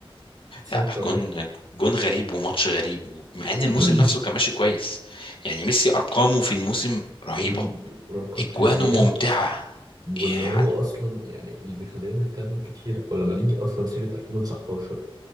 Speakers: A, on the right (about 45°); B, on the left (about 60°).
A: بالظبط
B: لا
A: اه
B: جون جون غريب وماتش غريب مع ان الموسم
A: <clears throat>
B: نفسه كان ماشي كويس يعني ميسي ارقامه في الموسم رهيبه
A: الأرقام
B: اجوانه
A: خيالية
B: ممتعه
A: واللي
B: يعني
A: هو أصلا يعني اللي بيخلينا نتكلم كتير ولما نيجي أصلا سيرة 2019